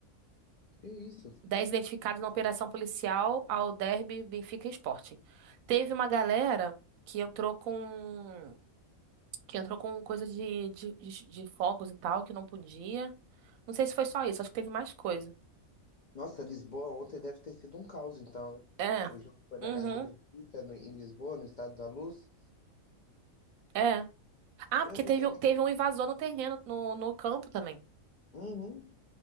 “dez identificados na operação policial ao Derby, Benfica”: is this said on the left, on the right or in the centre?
Right